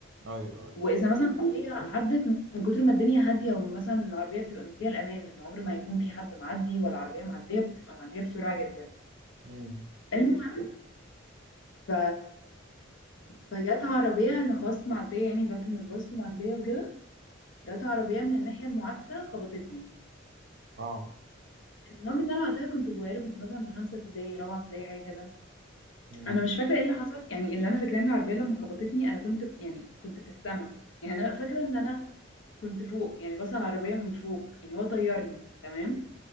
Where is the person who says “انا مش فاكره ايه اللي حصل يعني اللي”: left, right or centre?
Left